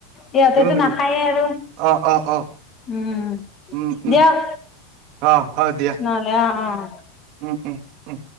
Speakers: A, on the left (about 20°); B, on the right (about 40°).
A: ইহঁতেতো
B: দুই মিনিট
A: নাখায়ে আৰু
B: অ', অ', অ',
A: উম,
B: উম, উম,
A: দিয়ক
B: অ', হয় দিয়া
A: নহ'লে অ', অ'।
B: উম, উম, উম,